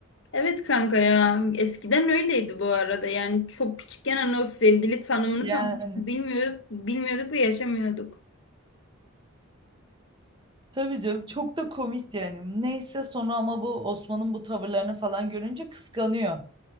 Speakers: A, on the left (about 60°); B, on the right (about 20°).
A: Evet kanka ya eskiden öyleydi bu arada yani çok küçükken hani o sevgili tanımını
B: Yani
A: tam bilmiyorduk, bilmiyorduk ve yaşamıyorduk.
B: tabii canım çok da komik yani. Neyse sonra ama bu Osman'ın bu tavırlarını falan görünce kıskanıyor.